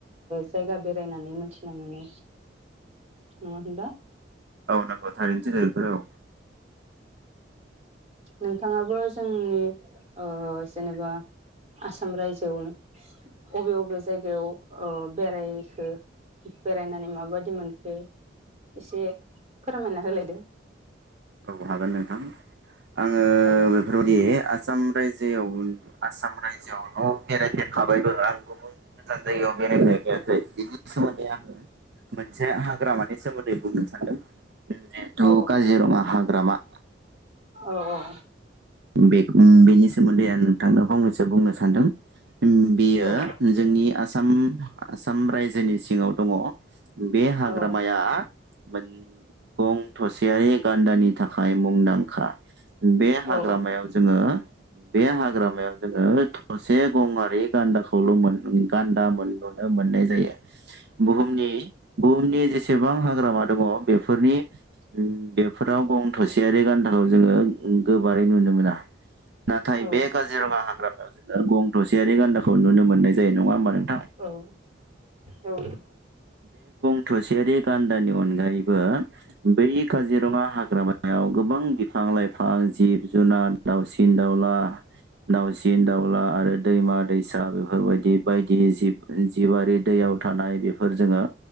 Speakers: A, on the right; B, on the right.
A: जायगा बेरायनानै मोनथिना मोनो नङा होनबा।
B: औ नंगौ थारैनो <unintelligible> औ
A: नोंथाङाबो जोंनि ओ जेनोबा। आसाम रायजोआवनो अबे बबे जायगायाव ओ बेरायखो बेरायनानै माबादि मोनखो एसे फोरमायना होलाय दे।
B: औ हागोन नोंथां। आङो
A: औ
B: बेफोरबायदि आसाम रायजोआव आसाम रायजोआवल बेरायफेरखाबायबो आं गुबुन गोजान जायगायाव बेरायफेरखायाखै बिनि सोमोन्दै आङो मोनसे हाग्रामानि सोमोन्दै बुंनो सानदों जिहेथु
A: औ
B: काजिरङा हाग्रामा
A: औ औ।
B: बे बेनि सोमोन्दै आं नोंथां फंनैसो बुंनो सानदों बेयो
A: औ
B: जोंनि आसाम आसाम रायजोनि सिङाव दङ बे हाग्रामाया
A: औ
B: मोन गं थसेयारि गान्दानि थाखाय थाखाय मुंदांखा बे हाग्रामा
A: औ
B: हाग्रामायाव जोङो बे हाग्रामायाव जोङो थसे गंआरि गान्दाखौल मोन गान्दा मोनल मोननाय जायो बुहुमनि बुहुमनि जेसेबां हाग्रामा दंङ बेफोर नि बेफोराव गं थसेरि गान्दाखौ जोङो गो गोबारै नुनो मोना नाथाय
A: औ
B: बे काजिरङा हाग्रामायाव गं थसेयारि गान्दाखौ नुनो मोननाय जायो नङा होमबा नोंथां
A: औ औ।
B: थसियारि गान्दानि अनगायैबो बै काजिरङा हाग्रामायाव गोबां बिफां लाइफां जिब जुनाद दाउसिन दाउला दाउसिन दाउला आरो। दैमा दैसा बेफोरबायदि बायदि जिब जिउआरि दैयाव थानाय बेफोर जोङो